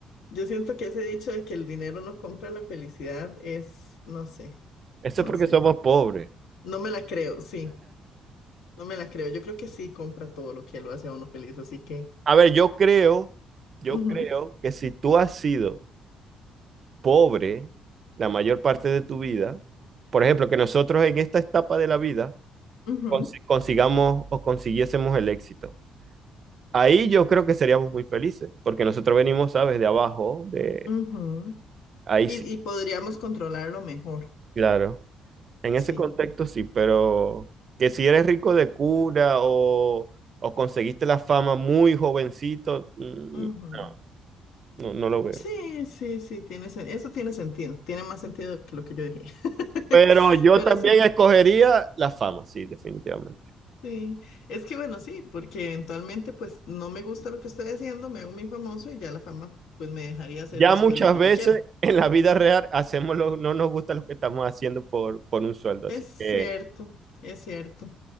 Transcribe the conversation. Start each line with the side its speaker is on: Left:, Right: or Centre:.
Left: yo siento que ese dicho de que el dinero no compra la felicidad es, no sé,
Right: Eso
Left: no
Right: es porque
Left: sé.
Right: somos pobres.
Left: No me la creo, sí, no me la creo. Yo creo que sí compra todo lo que lo hace a uno feliz, así que...
Right: A ver, yo creo, yo
Left: ujú,
Right: creo que si tú has sido pobre la mayor parte de tu vida, por ejemplo, que nosotros en esta etapa de la vida
Left: ujú.
Right: consi- consigamos o consiguiésemos el éxito. Ahí yo creo que seríamos muy felices, porque nosotros venimos, ¿sabes? De abajo, de
Left: Ujú.
Right: ahí
Left: Y,
Right: sí,
Left: y podríamos controlarlo mejor.
Right: claro. En
Left: Sí.
Right: ese contexto sí, pero que si eres rico de cura o, o conseguiste la fama muy jovencito, mm,
Left: Ujú.
Right: no, no, no lo veo.
Left: Sí, sí, sí, tiene, sen- eso tiene sentido. Tiene más sentido que lo que yo dije. <laughs>
Right: Pero yo
Left: Pero
Right: también
Left: sí,
Right: escogería la fama, sí, definitivamente.
Left: sí. Es que bueno, sí, porque eventualmente pues no me gusta lo que estoy haciendo, me hago muy famoso y ya la fama pues me dejaría hacer
Right: Ya
Left: después
Right: muchas
Left: lo que
Right: veces
Left: yo quiera.
Right: <laughs> en la vida real hacemos lo, no nos gusta lo que estamos haciendo por, por un sueldo, así
Left: Es cierto,
Right: que
Left: es cierto.